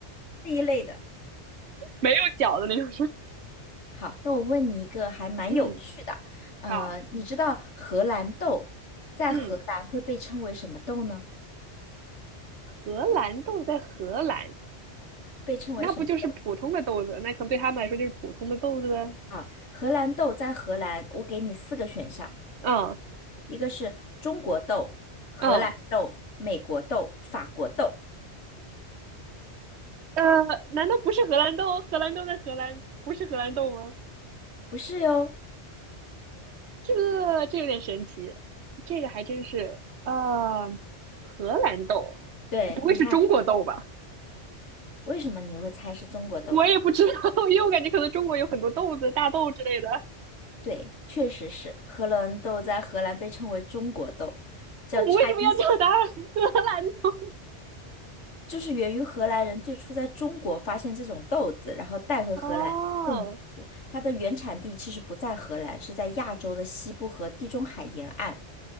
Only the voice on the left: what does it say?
这一类的。
好，那我问你一个还蛮有趣的，
呃，
你知道荷兰豆在荷兰会被称为什么豆呢？
被称为什么豆？
啊，荷兰豆在荷兰，我给你四个选项，
一个是中国豆、荷兰豆、
美国豆、法国豆，
不是哟。
对，
你看。为什么你会猜是中国豆呢？
对，确实是荷兰豆，在荷兰被称为中国豆，叫
Chinese，
就是源于荷兰人最初在中国发现这种豆子，然后带回荷兰种。
它的原产地其实不在荷兰，是在亚洲的西部和地中海沿岸。